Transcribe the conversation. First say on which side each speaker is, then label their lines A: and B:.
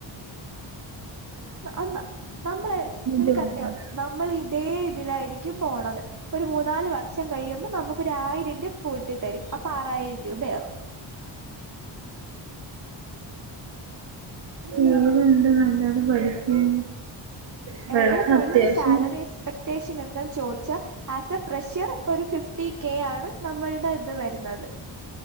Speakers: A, on the right (about 35°); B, on the right (about 60°).
A: ആ നമ്മളെ നിനക്കറിയോ
B: ജോലിയില്ല
A: നമ്മൾ ഇതേ ഇതിലായിരിക്കും പോണത് ഒരു മൂന്നാല് വർഷം കഴിയുമ്പോ നമുക്ക് ഒരു ആയിരം രൂപ കൂട്ടി തരും അപ്പൊ ആറായിരം രൂപയാവും
B: ഏതുണ്ട് നല്ലത് പഠിക്കാൻ ഇവൾക്ക്
A: എവിടെ പോയാലും
B: അത്യാവശ്യം
A: ഒരു സാലറി എക്സ്പെക്റ്റേഷൻ എന്താന്ന് ചോദിച്ചാൽ ആസ് എ ഫ്രഷ്യർ ഒരു ഫിഫ് കെ ആണ് നമ്മളുടെ ഇത് വരുന്നത്